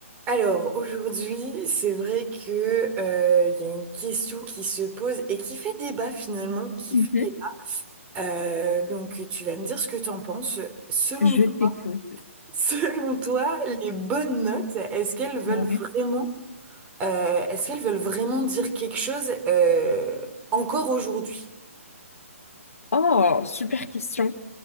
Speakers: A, on the right; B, on the left.
A: Alors, aujourd'hui, c'est vrai que, euh, il y a une question qui se pose et qui fait débat finalement, qui
B: Mhm.
A: fait débat. Euh, donc, tu vas me dire ce que t'en penses. Selon,
B: Je t'écoute.
A: <laughs> selon toi, les bonnes notes, est-ce qu'elles veulent
B: Ouais.
A: vraiment, euh, est-ce qu'elles veulent vraiment dire quelque chose, euh, encore aujourd'hui?
B: Oh, super question.